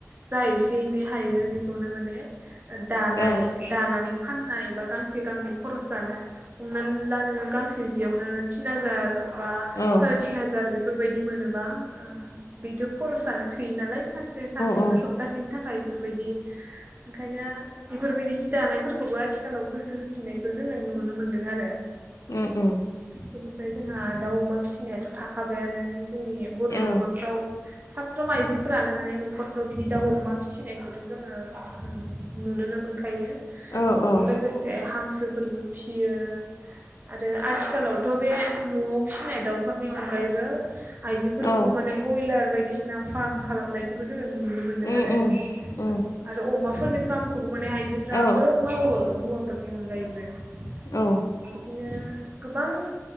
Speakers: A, on the right; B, on the left.
A: जा एसे एनै हायो बेखौनो माने- दानाय
B: औ
A: दानानै फाननाय बा गांसे गांनै खरस जानो हमनानै ला नोङो गांसे जियावनो थिन हाजार बा
B: औ
A: साराय थिन हाजार बेफोरबायदि मोनोबा बेथ' खरसजानो थोयो नालाय सानसे साननै
B: औ
A: बा सप्तासेनि थाखाय फोरबायदि ओंखायनो बेफोरबायदि जि दानायफोरखौबो आथिखालाव गोसो होफिननायखौ जोङो नुनो मोन दों आरो
B: उम उम
A: बेनिफ्राय जोंहा दाउ अमा फिसिनायाथ' थाखाबायानो जोंनि बर'
B: औ
A: न'खरफ्राव साफ्रोम आइजोफोरानो माने न'खरफ्राव बिदि दाउ अमा फिसिनायखौथ' जोङो ओ नुनोनो मो मोनखायो
B: औ
A: बेजों
B: औ
A: लोगोसे हांसोफोरबो फियो । आरो आथिखालावथ' बे न'आव फिसिनाय दाउफोरनि अनगायैबो आइजोफोरखौबो
B: औ
A: माने बयलार बायदिसिना फार्म खालामनायखौबो जोङो नुनो मोनदों
B: उम
A: आरो
B: उम उम
A: । औ आरो अमाफोरनि फार्मखौबो माने आइजोफ्राबो
B: औ
A: मावो हौवाफोरनि अनगायैबो ।
B: औ ।
A: औ बिदिनो गोबां